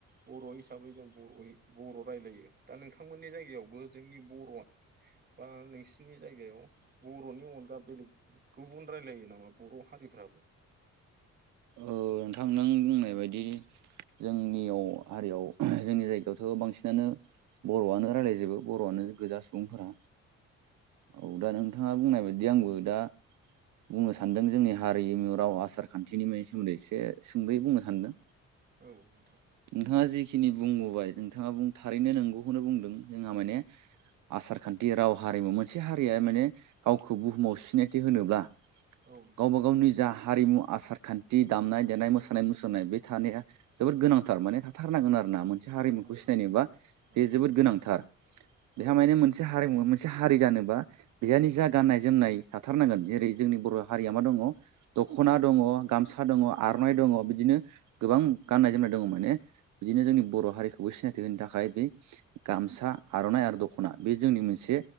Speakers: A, on the right; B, on the right.
A: बर' हिसाबै जों बर'यै बर' रायलायो दा नोंथांमोननि जायगायावबो जोंनि बर' आ अ नोंसि नि जायगायाव बर'नि अनगा बेलेग गुबुन रायलायो नामा बर' हारिफ्राबो <inaudible>
B: औ नोंथां नों बुंनाय बायदि जोंनियाव हारियाव जोंनि जायगायावथ' बांसिनानो बर'आनो रायलायजोबो बर'आनो गोजा सुबुंफोरा औ दा नोंथाङा बुंनाय बाय दि आंबो दा बुंनो सानदों जोंनि हारिमु राव आसार खान्थिनि मोन से सोमोन्दै एसे सुंदयै बुंनो सानदों।
A: औ नोंथां।
B: नोंथाङा जिखिनि बुंबोबाय नोंथाङा बुं थारैनो नोंगौखौनोबुंदों जोंहा माने। आसारखान्थि राव हारिमु मोनसे हारिया माने गावखौ बुहुमाव सिनायथि होनोब्ला
A: औ नोंथां
B: गावबा गावनि जा हारिमु आसार खान्थि दामनाय देनाय मोसानाय मुसुरनाय बेथानाया जोबोद गोनां थार माने थाथारनांगोन आरोना मोन से हारिमुखौ
A: औ
B: सिनायनोबा बे
A: नोंथां
B: जोबोद गोनांथार
A: औ
B: बेहा
A: नोंथां
B: माने मोनसे हरिमुवा मोन से हारि जानोबा बेहा निजा गननाय जोमनाय थाथारनांगोन जेरै जोंनि बर हारिया मादङ दखना दङ गामसा दङ आरनाइ दङ बिदिनो गोबां गाननाय जोमनाय दङमोन। माने बिदिनो जोंनि बर हारिखौबो सिनायथिहोनो थाखाय बे गामसा आर'नाइ आरो दखना बे जोंनि मोनसे